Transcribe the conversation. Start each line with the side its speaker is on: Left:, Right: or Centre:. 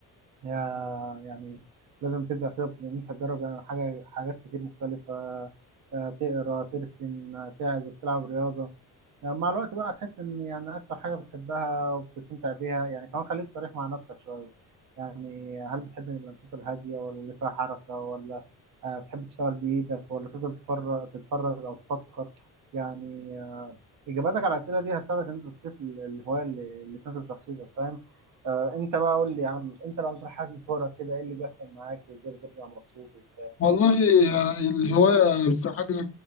Right: يا- يعني لازم تبدا كده بان انت تجرب يعني حاجه حاجات كتير مختلفه آه، تقرا ترسم آه، تعزف تلعب رياضه يعني مع الوقت بقى هتحس ان يعني اكتر حاجه بتحبها وبتستمتع بيها يعني كمان خليك صريح مع نفسك شويه يعني هل بتحب الانشطه الهاديه ولا اللي فيها حركه ولا آه، بتحب تشتغل بايدك ولا تفضل تفرج تتفرج او تفكر يعني اجاباتك على الاسئله دي هتساعدك ان انت تكتشف ال- الهوايه اللي, اللي تناسب شخصيتك فاهم آه انت بقى قول لي يا عم انت لو هتروح حجز كوره كده ايه اللي بيحصل معاك وازاي بترجع مبسوط وبتاع
Left: والله آه، الهواية في حجز